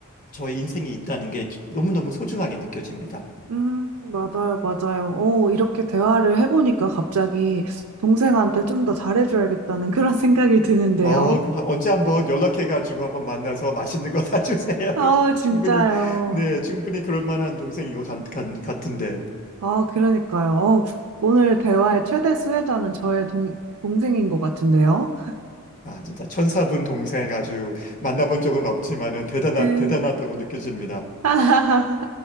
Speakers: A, on the left; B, on the right.
A: 저의 인생에 있다는 게 너무너무 소중하게 느껴집니다.
B: 음, 맞아요, 맞아요. 어, 이렇게 대화를 해보니까 갑자기 동생한테 좀 더 잘해줘야겠다는 그런 <laughs> 생각이 드는데요.
A: 어, 그, 언제 한번 연락해가지고 한번 만나서 맛있는 거 <laughs> 사주세요.
B: 아,
A: <laughs>
B: 진짜요.
A: 충분히, 네, 충분히 그럴 만한 동생인 것 같, 은데
B: 아, 그러니까요. 어, 오늘 대화의 최대 수혜자는 저의 동, 동생인 것 같은데요.
A: 아, 진짜 천사분 동생 아주 만나본 적은 없지만은 대단하,
B: 네.
A: 대단하다고 느껴집니다.
B: <laughs>